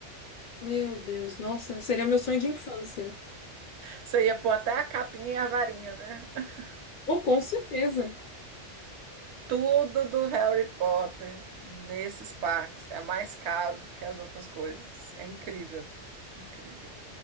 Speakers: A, on the left; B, on the right.
A: Meu Deus, nossa, seria meu sonho de infância.
B: Você ia pôr até a capinha e a varinha, né? <laughs>
A: Oh, com certeza.
B: Tudo do Harry Potter nesses parques é mais caro do que as outras coisas. É incrível, incrível.